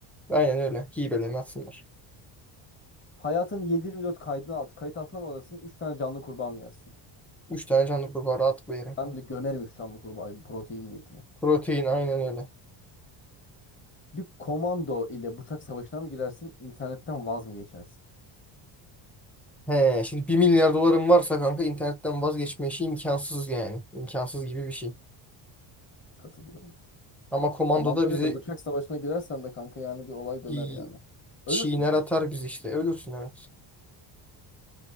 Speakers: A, in the centre; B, on the left.
A: Aynen öyle hibelerini atsınlar.
B: Hayatın 7/24 kaydına alt kayıt altına mı alırsın? 3 tane canlı kurbağa mı yersin?
A: 3 tane canlı kurbağa rahatlıkla yere
B: Ben
A: kanka.
B: de gömerim 3 canlı kurbağayı protein niyetine.
A: Protein aynen öyle.
B: Bir komando ile bıçak savaşına mı girersin? İnternetten vaz mı geçersin?
A: He, şimdi bir milyar dolarım varsa kanka internetten vazgeçme işi imkansız yani. İmkansız gibi bir şey.
B: Katılıyorum.
A: Ama komandoda
B: Komando
A: bizi
B: ile de bıçak savaşına girersen de kanka yani bir olay döner
A: bir
B: yani.
A: çiğner
B: Ölürsün zaten.
A: atar biz işte ölürsün evet.